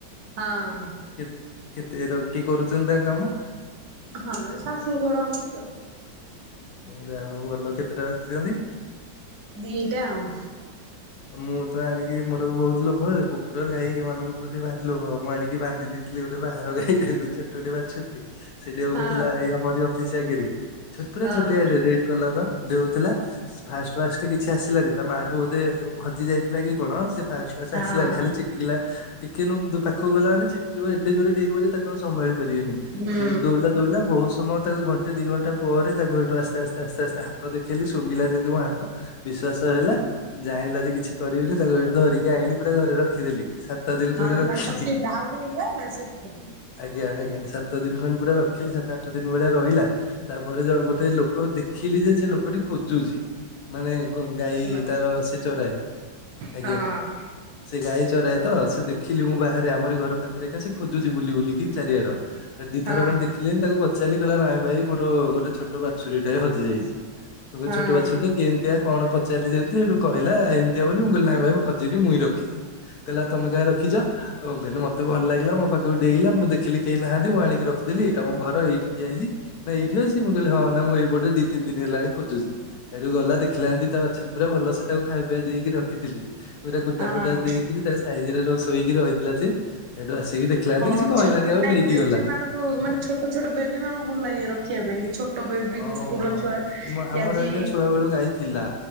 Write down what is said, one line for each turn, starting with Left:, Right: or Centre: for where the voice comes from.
Right: ହଁ।
Left: କେତେ କେତେର କିଏ କରୁଛନ୍ତି ତା କାମ?
Right: ହଁ ଏ ଶାଶୁ କରନ୍ତି ଆଉ।
Left: ଓ ଯାହା ହଉ ଭଲ। କେତେଟା ରଖିଛନ୍ତି?
Right: ଦିଇଟା ଆଉ।
Left: ମୁଁ ତ ଆଣିକି ମୋର ବହୁତ ଲୋଭ। କୁକୁର, ଗାଈ ଏମାନଙ୍କ ପ୍ରତି ଭାରି ଲୋଭ ମୁଁ ଆଣିକି ବାନ୍ଧି ଦେଇ ଥିଲି ଗୋଟେ ବାହାର ଗାଈ ଛୋଟଟେ ବାଛୁରିଟେ ସେ ଡେଉଁ
Right: ହଁ।
Left: ଥିଲା ଏଇ ଆମରି ଅଫିସ ଆଗିରେ ଛୋଟ ପୁରା
Right: ହଁ
Left: ଛୋଟିଆଟେ ରେଡ କଲର ର। ଡେଉଁଥିଲା। ଫାଷ୍ଟ ଫାଷ୍ଟ <unintelligible> କିଛି ଆସିଲାନି, ତା ମା ଠୁ ବୋଧେ ହଜି ଯାଇଥିଲା କି କଣ? ସେ ଫାଷ୍ଟ ଫାଷ୍ଟ
Right: ହଁ
Left: ଆସିଲାନି ଖାଲି ଚି ଟିକିଲା। ଟିକେ ନୁଗ ତା ପାଖକୁ ଗଲା ମାନେ ଛିଟକିବ, ଏଡ଼େ ଜୋରରେ ଡେଇଁବ ଯେ ତାକୁ ଆଉ ସମ୍ଭଳି ପାରିବେନି।
Right: ହୁଁ
Left: ସେଇଠୁ ଦୌଡିଲା ଦୌଡିଲା ବହୁତ ସମୟ ତାକୁ ଘ ଣ୍ଟେ ଦି ଘଣ୍ଟା ପରେ ତାକୁ ଏଇଠୁ ଆସ୍ତେ ଆସ୍ତେ ଆସ୍ତେ ଆସ୍ତେ ହାତ ଦେଖେଇଲି ଶୁଙ୍ଗିଲା ଯେମିତି ମୋ ହାତ ବିଶ୍ଵାସ ହେଲା ଜାଇଁଲା ଯେ କିଛି କରିବିନି ତାକୁ ସେଠୁ ଧରିକି ଆଇଲି ପୁରା ଘରେ ରଖିଦେଲି। ସାତ ଦିନ
Right: ହଁ
Left: ଖଣ୍ଡେ ରଖିଲି।
Right: ତାଙ୍କର <inaudible> ଡାଉଟ ହେଇଥିଲା ନା ସେଥିପାଇଁ।
Left: ଆଜ୍ଞା ଆଜ୍ଞା, ସାତ ଦିନ ଖଣ୍ଡେ ପୁରା ରଖିଲି। ସାତ ଆଠ ଦିନ ଭଳିଆ ରହିଲା। ତାପରେ ଜଣେ ଗୋଟେ ଲୋକ ଦେଖିଲି ଯେ ସେ ଲୋକଟି ଖୋଜୁଛି। ମାନେ କଣ ଗାଈ
Right: ହେଲା
Left: ତାର ସେ ଚରାଏ। ଆଜ୍ଞା,
Right: ହଁ।
Left: ସେ ଗାଈ ଚରାଏ ତ। ସେ ଦେଖିଲି ମୁଁ ବାହାରେ ଆମରି ଘର ପାଖରେ ଖା ସେ ଖୋଜୁଛି ବୁଲି ବୁଲିକି ଚାରିଆଡ। ଦିଥର
Right: ହଁ
Left: ଖଣ୍ଡେ ଦେଖିଲି। ତାକୁ ପଚାରିଲି କହଲା ନାଇଁ ଭାଇ ମୋର ଗୋଟେ ଛୋଟ ବାଛୁରୀ ଟାଏ ହଜି ଯାଇଛି। <unintelligible>
Right: ହଁ
Left: ଛୋଟ ବାଛୁରୀ ଟେ କେମିତିଆ କଣ ପଚାରଲି ଯେମତି ସେଇଠୁ କହିଲା ଏମିତିଆ ବୋଲି ମୁଁ କହିଲି ନାଇ ଭାଇ ହଜିନି ମୁଇଁ ରଖିଛି। କହିଲା ତମେ କାହିଁ ରଖିଛ? ତ ମୁଁ କହିଲି ମତେ ଭଲ ଲାଗିଲା, ମୋ ପାଖକୁ ଡେଇଁଲା ମୁଁ ଦେଖିଲି କେହି ନାହାନ୍ତି ମୁଁ ଆଣିକି ରଖିଦେଲି। ଏଇଟା ମୋ ଘର ଏଇଠିି ଠିଆ ହେଇଛି। ନାଇଁ ଏଇଠି ଅଛି? ମୁଁ କହିଲି ହଁ, ନା ମୁଁ ଏଇପଟେ ଦି ତିନ ଦିନ ହେଲାଣି ଖୋଜୁଛି। ସେଇଠୁ ଗଲା ଦେଖିଲା ଯେମତି ତା ବାଛୁରୀ ପୁରା ଭଲସେ ତାକୁ ଖାଇବା ପିଇବା ଦେଇ ରଖିଥିଲି। ପୁରା
Right: ହଁ
Left: କୁଟା ଫୁଟା ଦେଇକିରି ତା ସାଇଜରେ ର ଶୋଇକି ରହିଥିଲା ସେ ସେଇଠୁ ଆସିକି ଦେଖିଲା ଯେମତି,
Right: ହଁ
Left: କିଛି କହିଲାନି
Right: ଛୋ
Left: ଆଉ
Right: ନାଇଁ
Left: ନେଇକି
Right: ବେବି
Left: ଗଲା।
Right: ମାନଙ୍କୁ ମାନେ ଛୋଟ ଛୋଟ ବେବୀ ମାନଙ୍କୁ ଭଲ ଲାଗେ ରଖିବା ପାଇଁ କି। ଛୋ ବେବି
Left: ଅଁ
Right: କୁକୁର
Left: ହଁ ହଁ ହଁ
Right: ଛୁଆ
Left: ହଁ। ମୁଁ ଆମର
Right: ଆଜି
Left: ଏଇକା ଛୁଆ ବେଳୁ ଗାଈ ଥିଲା।